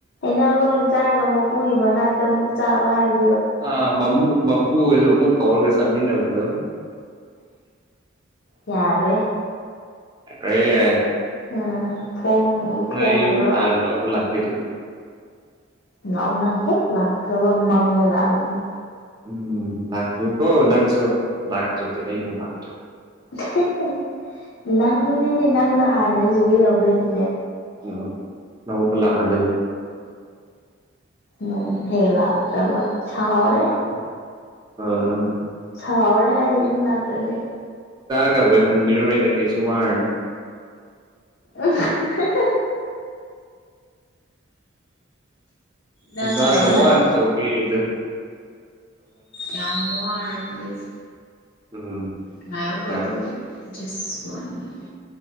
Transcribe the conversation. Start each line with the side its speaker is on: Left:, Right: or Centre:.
Left: ꯅꯪ ꯂꯣꯟ ꯆꯥꯔꯒ ꯃꯄꯨꯒꯤ ꯃꯅꯥꯛꯇ ꯑꯃꯨꯛ ꯆꯥꯕ ꯍꯥꯏꯕ
Right: ꯑ ꯃ ꯃꯄꯨꯒ ꯑꯃꯨꯛ ꯀꯧꯔꯒ ꯆꯃꯤꯅꯕꯗꯣ
Left: ꯌꯥꯔꯦ
Right: ꯌꯥꯔꯦ
Left: ꯎꯝ ꯐꯣꯡ
Right: ꯅꯣꯏ
Left: ꯐꯣꯡꯅ
Right: ꯌꯨꯝ
Left: ꯂꯧꯔ
Right: ꯄꯥꯟꯗꯧꯕꯔꯥ <unintelligible>
Left: ꯂꯥꯎꯅ ꯍꯦꯛ ꯂꯥꯛꯇ꯭ꯔꯕ ꯃꯡꯗ ꯂꯥꯛꯍꯟꯒꯅꯤ
Right: ꯎꯝ ꯂꯥꯀꯄꯤꯌꯣꯀꯣ ꯅꯪꯁꯨ ꯂꯥꯛꯇꯔꯗꯤ ꯑꯩꯅꯥ ꯂꯥꯛ
Left: ꯍꯦꯍꯦꯍꯦ ꯅꯪꯅꯤꯅꯦ ꯅꯪꯅ ꯍꯥꯟꯅ ꯁꯤꯗ ꯌꯧꯗꯣꯏꯅꯤꯅꯦ
Right: ꯎꯝ ꯂꯧꯕ ꯂꯥꯛꯑꯗꯣꯏꯅꯦ
Left: ꯅꯪ ꯍꯦꯛ ꯂꯥꯛꯇ꯭ꯔꯕ ꯁꯥꯎꯔꯦ
Right: ꯎꯝ ꯑꯥ
Left: ꯁꯥꯎꯔꯦ ꯍꯥꯏꯁꯤꯅꯦ ꯂꯥꯛꯇꯔꯗꯤ
Right: ꯑꯣꯏ ꯍꯟꯕꯤꯔꯣꯏꯗ ꯀꯩꯁꯨ ꯋꯥꯔꯨꯅꯣ
Left: ꯑꯍꯥ ꯍꯥ ꯍꯥ ꯅꯪꯅ
Right: ꯑꯣꯖꯥꯒ
Left: ꯑꯣꯏꯍꯟ
Right: ꯋꯥꯅ ꯇꯧꯄꯤꯔꯤꯗꯨ
Left: ꯌꯥꯝ ꯋꯥꯔꯝꯅꯦ ꯑꯩꯁꯦ
Right: ꯎꯝ
Left: ꯉꯥꯏꯌꯨꯀꯣ
Right: ꯑꯥ
Left: ꯑꯗꯨꯝ ꯖꯁ ꯋꯥꯅ ꯃꯤꯅꯤꯠ